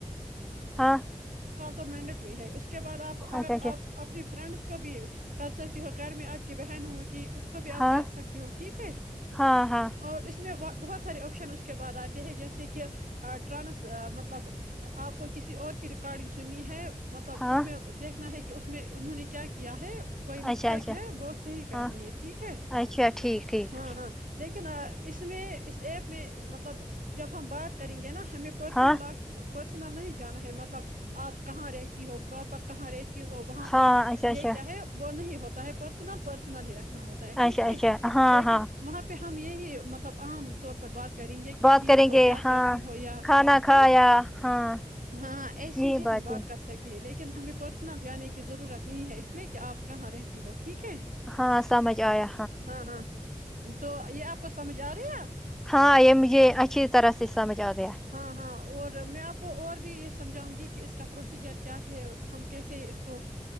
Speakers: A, in the centre; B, on the right.
A: ہاں
B: تو مینڈٹری ہے اس کے بعد آپ اگر
A: اچھا اچھا
B: آپ اپنی فرینڈس کو کو بھی کر سکتی ہو گھر میں آپ کی بہن ہوگی اس کو بھی
A: ہاں
B: آپ کر سکتے ہو ٹھیک ہے
A: ہاں ہاں
B: اور اس میں وا بہت سے آپشن اس کے بع آتے ہیں جیسے کہ ٹرانس مطلب آپ کو کسی اور کی ریکارڈنگ سنی ہے مطلب
A: ہاں
B: اس میں دیکھنا ہے کہ اس میں انہوں نے کیا کیا ہے کوئی مسٹیک
A: اچھا اچھا
B: ہے وہ صحی کرنی
A: ہاں
B: ہے ٹھیک ہے
A: اچھا ٹھیک ٹھیک
B: ہاں ہاں لیکن اس میں اس ایپ میں مطلب جب ہم بات کریں گے نا ہمیں پررسنل
A: ہاں
B: لائف پرسنل نہیں جانا ہے مطلب آپ کہاں رہتی ہو پراپر کہاں رہتی ہو وہاں
A: ہاں
B: پر
A: اچھا
B: یہ
A: اچھا
B: کیا ہے وہ نہیں ہوتا ہے پرسنل پرسنل ہی رکھ ہوتا ہے ٹھیک
A: اچھا
B: ہے
A: اچھا ہاں
B: لیکن
A: ہاں
B: وہاں پہ ہم یہی مطلب عام طور پر بات کر کریں گے کہ
A: بات
B: ٹھیک
A: کریں
B: ہو
A: گے
B: کیا
A: ہاں
B: کرتی ہو یا
A: کھانا کھایا
B: وہ
A: ہاں
B: ہاں ایسی
A: یہی
B: ہی
A: باتیں
B: ہم بات کر سکتے ہیں لیکن ہمیں پرسنل جانے کی ضرورت ہے نہیں ہے اس میں کہ آپ کہاں رہتی ہو ٹھیک ہے
A: ہاں سمجھ آیا
B: ہاں ہاں تو یہ آپ کو سمجھ آ رہی ہے
A: ہاں یہ مجے اچھی طرح سے سمجھ آ گیا
B: ہاں ہاں اور میں آپ کو اور بھی یہ سمجھاؤں گی کہ اس کا پروسیجر کیا ہے ہم کیسے اس کو